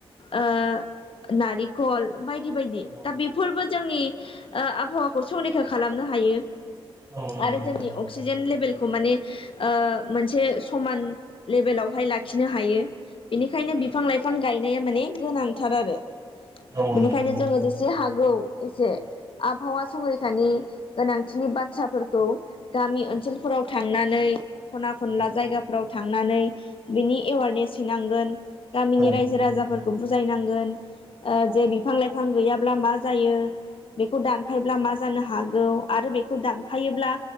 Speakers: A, on the left; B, on the right.
A: ओ नारिखल बायदि बायदि
B: औ
A: दा बि फोर जोंनि ओ आबहावाखौ संरैखा खालामनो हायो
B: औ नंगौ नोंथां
A: आरो जोंनि अ क्सिजेन लेभेलखौ माने ओ मोनसे समान लेभेलावहाय लाखिनो हायो। बेनिखायनो बिफां लाइफां गायनाया माने गोनांथार आरो
B: औ
A: बिनिखायनो
B: नंगौ
A: जोङो जेसे हा गौ एसे आबहावा संरैखानि गोनांथिनि बाथ्राफोरखौ गामि ओनसोलफोराव थांनानै खना खनला
B: औ
A: जायगाफोराव थांनानै बिनि एवारनेस हैनांगोन गामिनि
B: औ
A: रायजो राजाफोरखौ बुजायनांगोन जे बिफां लाइफां गैयाब्ला मा जायो बेखौ दानफायोब्ला मा जानो हागौ आरो बेखौ दानफायोब्ला